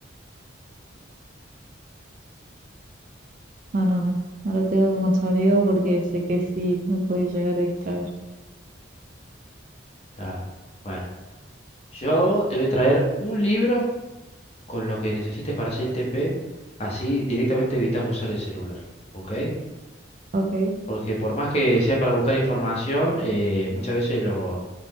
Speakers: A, on the right (about 45°); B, on the left (about 30°).
A: No, no, no. No lo tengo con sonido porque sé que sí me puede llegar a distraer.
B: Claro. Bueno, yo te voy a traer un libro con lo que necesites para hacer el TP. Así directamente evitas usar el celular. ¿Ok?
A: Ok.
B: Porque por más que sea para buscar información, eh, muchas veces lo...